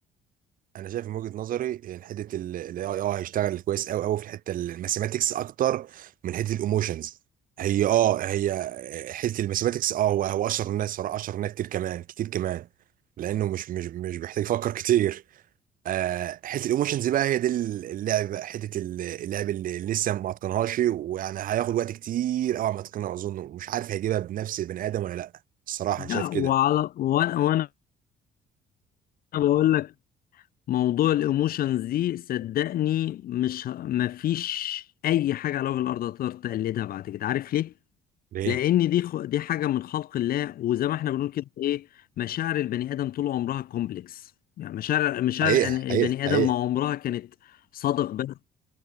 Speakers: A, on the right (about 55°); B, on the left (about 60°).
A: انا شايف من وجهة نظري ان حته الاي اي اه هيشتغل كويس قوي قوي في الحته الماثيماتكس اكتر من حته الايموشنز هي اه هي حته الماثيماتكس اه هو هو اشهر الناس صراحه اشهر الناس كتير كمان كتير كمان لانه مش مش مش بيحتاج يفكر كتير آه، حته الايموشنز بقى هي دي اللعب بقى حته اللعب اللي لسه ما اتقنهاش ويعني هياخد وقت كتير قوي ما اتقنها اظن مش عارف هيجيبها بنفس البني ادم ولا لا الصراحه
B: لا
A: انا شايف
B: وعلى
A: كده
B: وانا وانا بقول لك موضوع الايموشنز دي صدقني مش ه- مفيش اي حاجه على وجه الارض هتقدر تقلدها بعد كده عارف ليه
A: ليه
B: لان دي خ... دي حاجه من خلق الله وزي ما احنا بنقول كده ايه مشاعر البني ادم طول عمرها كومبلكس يعني مشاعر مشاعر
A: حقيقه
B: أن- البني
A: حقيقه
B: ادم
A: حقيقه
B: ما عمرها كانت صادق بس